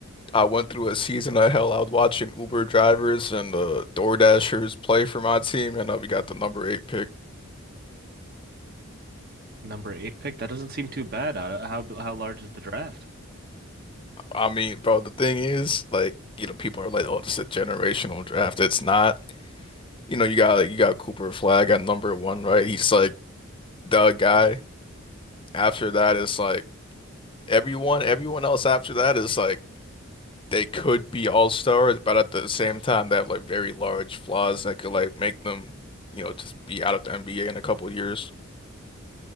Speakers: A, on the left; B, on the right.
A: I went through a season of hell. I was watching Uber drivers and uh DoorDashers play for my team, and uh, we got the number eight pick.
B: Number eight pick. That doesn't seem too bad. How how how large is the draft?
A: I mean, bro, the thing is, like, you know, people are like, oh, it's a generational draft. It's not. You know, you got like, you got Cooper Flag at number one, right? He's like the guy. After that, it's like everyone, everyone else after that is like they could be all stars, but at the same time, they have like very large flaws that could like make them, you know, just be out of the NBA in a couple of years.